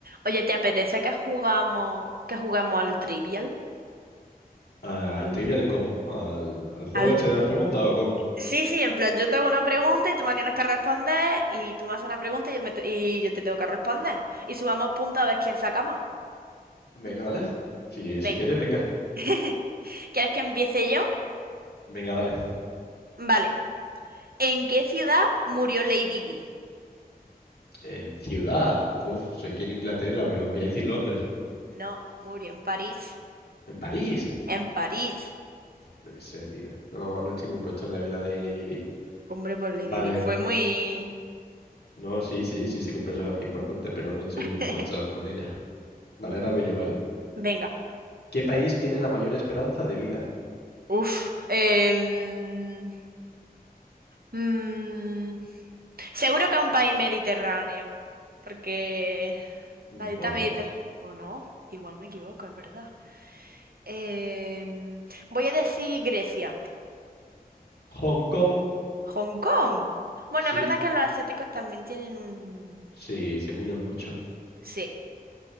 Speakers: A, on the right (about 70°); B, on the left (about 85°).
A: Oye, ¿te apetece que jugamos, que juguemos al trivial?
B: a- al trivial cómo, al, al juego
A: Al
B: este
A: tri-
B: de las preguntas o cómo.
A: Sí, sí, en plan, yo te hago una pregunta y tú me tienes que responder, y tú me haces una pregunta y yo, me te- y yo te tengo que responder. Y subamos puntos a ver quién saca más.
B: Venga, vale. Si,
A: Venga.
B: si quieres, venga.
A: <laughs> ¿Quieres que empiece yo?
B: Venga, dale.
A: Vale. ¿En qué ciudad murió Lady Di?
B: En ciudad. Uf, sé que en Inglaterra, pero voy a decir Londres.
A: No, murió en París.
B: En París.
A: En París.
B: Yo qué sé, tío. No, no estoy muy puesto en la vida de Lady Di.
A: Hombre, pues Lady
B: Vale.
A: Di fue muy...
B: No, sí, sí, sí sé que un personaje importante, pero no estoy
A: <laughs>
B: muy puesto con ella. Vale, ahora voy yo, ¿vale?
A: Venga.
B: ¿Qué país tiene la mayor esperanza de vida?
A: Uf. em, mm, Seguro que a un país mediterráneo, porque
B: Mm,
A: la dieta
B: ¿O no?
A: mediterránea, o no, igual me equivoco, es verdad. Em, voy a decir Grecia,
B: Hong Kong.
A: Hong Kong. Bueno,
B: Sí,
A: es verdad que los asiáticos también tienen un...
B: sí, se cuidan mucho.
A: Sí,